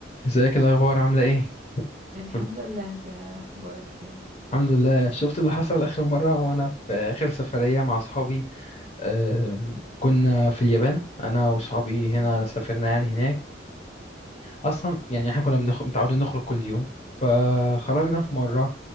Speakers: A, on the left; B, on the right.
A: ازيك الاخبار عامله ايه
B: الحمد
A: كله
B: لله انت اخبارك ايه
A: الحمد لله شفت اللي حصل اخر مره وانا في اخر سفريه مع اصحابي آم، كنا في اليابان انا واصحابي هنا
B: مم.
A: سافرنا يعني هناك واصلا يعني احنا كنا بنخ... متعودين نخرج كل يوم فخرجنا في مره